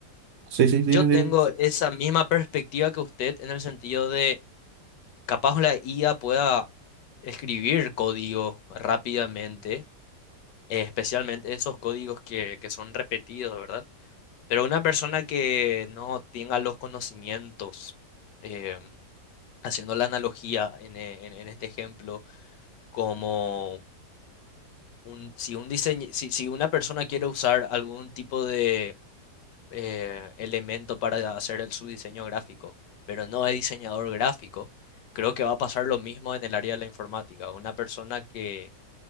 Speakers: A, on the right; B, on the left.
A: Sí, sí, dime,
B: Yo
A: dime.
B: tengo esa misma perspectiva que usted en el sentido de capaz la IA pueda escribir código rápidamente, eh, especialmente esos códigos que, que son repetidos, ¿verdad? Pero una persona que no tenga los conocimientos, eh, haciendo la analogía en, e- en- en este ejemplo, como un, si, un diseñ- si, si una persona quiere usar algún tipo de eh, elemento para hacer el, su diseño gráfico, pero no es diseñador gráfico, creo que va a pasar lo mismo en el área de la informática. Una persona que